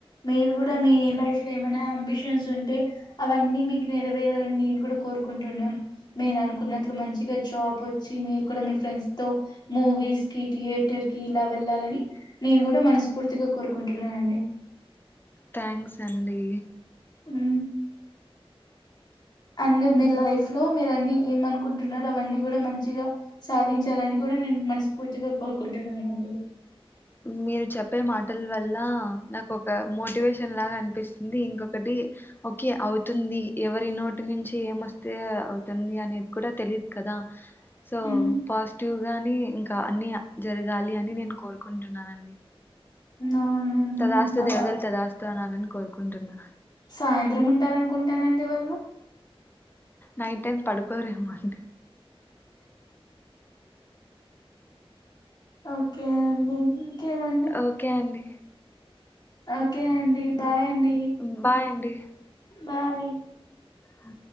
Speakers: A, on the left (about 45°); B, on the left (about 20°).
A: మీరు కూడా మీ లైఫ్ ఏమనా అంబిషన్స్ ఉంటే అవన్నీ మీకు నెరవేరాలని నేను కూడా కోరుకుంటున్నాను మీరు అనుకున్నట్లు మంచిగా జాబ్ వచ్చి మీరు కూడా మీ ఫ్రెండ్స్ తో మూవీస్ కి థియేటర్ కి ఇలా వెళ్ళాలని నేను కూడా మనస్ఫూర్తి ర్తుగా కోరుకుంటున్నానండి
B: థ్యాంక్స్ అండి
A: అ అండ్ మీరు లైఫ్ లో మీరు అన్ని ఏమనుకుంటున్నారు అవన్నీ కూడా మంచిగా సాధించాలని కూడా నేను మనస్ఫూర్తిగా కోరుకుంటున్నానండి
B: మీరు చెప్పే మాటల వల్ల నాకు ఒక మోటివేషన్ లాగా అనిపిస్తుంది ఇంకొకటి ఓకే అవుతుంది ఎవరి నోటి నుంచి ఏమొస్తే అవుతుంది అనేది కూడా తెలియదు కదా సో
A: మ్మ్.
B: పాస్ ్య గాని ఇంకా అన్ని జరగాలి అని నేను కోరు నుకుంటున్నానండి
A: అవునండి
B: తదాస్తు
A: నేను ఆ-
B: దేవతలు
A: ఆ
B: తదాస్తు అనాలని కోరుకుంటున్నా
A: సాయంత్రం ఉంటారనుకుంటానండి వాళ్ళు
B: నైట్ టైం పడుకో రేమొ శ
A: ఓకే అండి ఇంకేమండి
B: ఓకే అండి
A: ఓకే అండి బాయ్ అండి
B: బబాయ్ అండి
A: బాయ్
B: హ